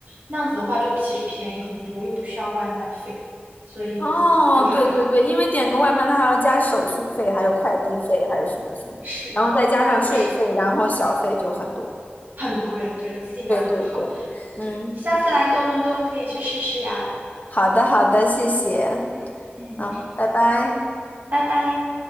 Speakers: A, on the right (about 50°); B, on the left (about 45°).
A: 那样子的话就其实便宜很多，又不需要外卖费，所以就还好。
B: 哦，对对对，因为点个外卖，它还要加手续费，还有快递费，还有什么什么，
A: 是的，
B: 然后再加上税费，
A: 可不是
B: 然后小费就很多。
A: 很贵，对，自己拿就好。
B: 对对对，嗯，
A: 对，你下次来多伦多可以去试试呀。
B: 好的好的，谢谢，
A: 嗯嗯。
B: 嗯，拜拜。
A: 拜拜。